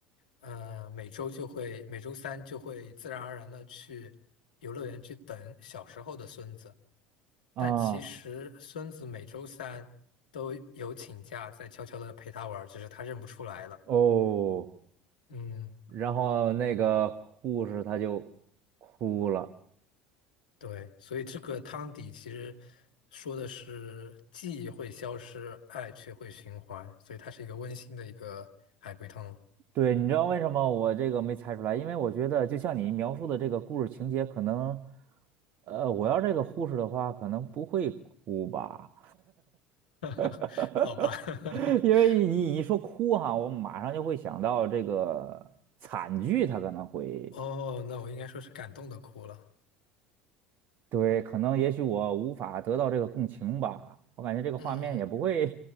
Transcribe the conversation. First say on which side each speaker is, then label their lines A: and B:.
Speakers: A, on the left; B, on the right.
A: 呃，每周就会每周三就会自然而然的去游乐园去等小时候的孙子。
B: 啊
A: 但其实孙子每周三都有请假，在悄悄的陪他玩儿，只是他认不出来了。
B: 哦。
A: 嗯，
B: 然后那个护士她就哭了。
A: 对，所以这个汤底其实说的是记忆会消失，爱却会循环，所以它是一个温馨的一个海龟汤。
B: 对，你知道为什么我这个没猜出来？因为我觉得就像你描述的这个故事情节，可能，呃，我要这个护士的话，可能不会哭吧。
A: <laughs>
B: <laughs>
A: 好吧，<laughs>
B: 因为你一说哭哈，我马上就会想到这个惨剧，它可能会，
A: 哦，那我应该说是感动的哭了。
B: 对，可能也许我无法得到这个共情吧，我感觉这个画面也不会
A: 嗯，